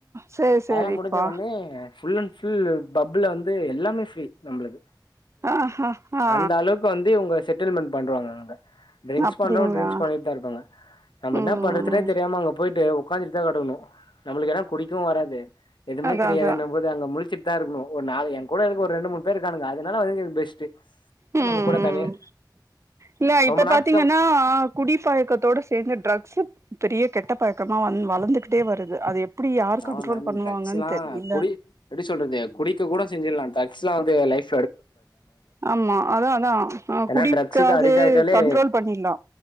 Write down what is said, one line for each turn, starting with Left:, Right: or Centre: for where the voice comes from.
Right: சேரி சேரிப்பா
Left: அதெல்லா முடிஞ்ச ஒட்னே ஃபுல்லன் ஃபுல் ஃபுல் பப்புல வந்து எல்லாமே ஃப்ரீ நம்மளுக்கு
Right: ஆஹா ஆ
Left: அந்த அளவு ளவு வந்து இவுங்க செட்டில்மெண்ட் பண்றுவாங்க அவுங்க ட்ரிங்க்ஸ்
Right: அப்டிங்களா
Left: பண்றவங்க ட்ரிங்க்ஸ் பண்ணிட்டு தா இருக்காங்க நம்ம
Right: ம்
Left: என்ன பண்றதுனே தெரியாம அங்க போயிட்டு ஒக்காந்துட்டுதா கெடக்கனு நம்மளுக்கு ஏனா குடிக்கவு வராது எதுவுமே
Right: அதா
Left: தெரியாது
Right: அதா
Left: நம்ம போது அங்க முழிச்சிட்டுதா இருக்கனு ஒரு நாலு என்கூட இருக்க ஒரு ரெண்டு மூணு பேரு இருக்கானுங்க அது இதனால அதுக்கு இது பெஸ்ட்டு
Right: ம்
Left: நம்ம கூட
Right: ம்
Left: தனியா
Right: இல்ல
Left: ரொம்ப
Right: இப்ப
Left: நாள்
Right: பாத்தீங்கன்னா குடிப்பழக்கத்தோட சேந்து ட்ரக்ஸ்சு பெரிய கெட்டபழக்கமா வந் வளந்துகிட்டே வருது அது எப்டி யார் கண்ட்ரோல்
Left: ஆமா மேம்
Right: பண்ணுவாங்கன்னு
Left: ட்ரக்ஸ்லா
Right: தெரில
Left: குடி எப்டி சொல்றது குடிக்க கூட செஞ்சிட்லா ட்ரக்ஸ்லா வந்து லைஃப்
Right: ஆமா அதா அதா அ
Left: ஏன்னா
Right: குடிக்காது
Left: ட்ரக்ஸுக்கு அடிக்ட் ஆயிட்டாலே
Right: கண்ட்ரோல் பண்ணிட்லா